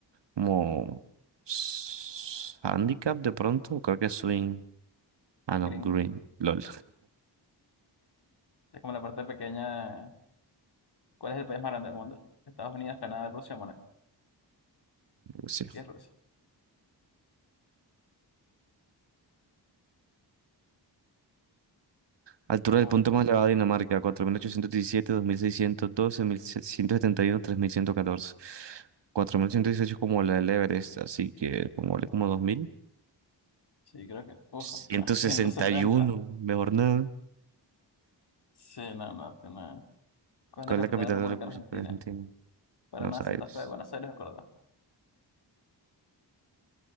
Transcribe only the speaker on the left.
Green.
Es como la parte pequeña ¿Cuál es el país más grande del mundo? Estados Unidos, Canadá, Rusia, Mónaco.
Aquí es Rusia.
Uy,
sí, creo que. Uf,
<laughs> no, 170.
Sí, no, no, tiene. ¿Cuál es
la capital
de la República
Argentina?
Paraná,
Santa Fe, Buenos Aires, Córdoba.